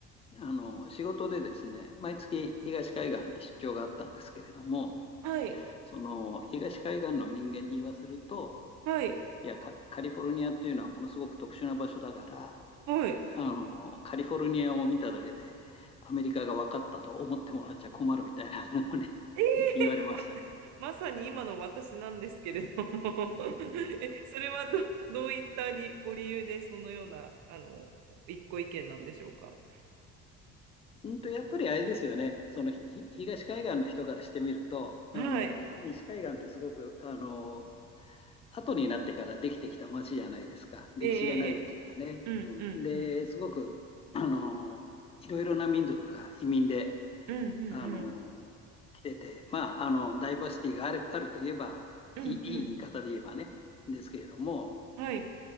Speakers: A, on the left; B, on the right.
A: あの仕事でですね毎月東海岸に出張があったんですけれども
B: はい、
A: その東海岸の人間に言わせると
B: はい、
A: いやカ、カリフォルニアっていうのはものすごく特殊な場所だから
B: はい。
A: あのカリフォルニアを見ただけでアメリカが分かったと思ってもらっちゃ困るみたいなのをね
B: <laughs>
A: 言われましたね。
B: まさに今の私なんですけれども <laughs> え、それはど、どういったりご理由でそのような、あの、一個意見なんでしょうか。
A: うんと、やっぱりあれですよね、そのひ東海岸の人からしてみると、
B: はい。
A: あの西海岸ってすごくあの後になってからできてきた街じゃないですか、歴史がないっていうかね。
B: ええ、ええ、うんうんうん。
A: うん、で、すごくあのいろいろな民族が移民で
B: うんうんうん。
A: あの来てて、まあ、あのダイバーシティがある、あるといえばいい、
B: うんうん。
A: いい言い方で言えばね、ですけれども、
B: はい。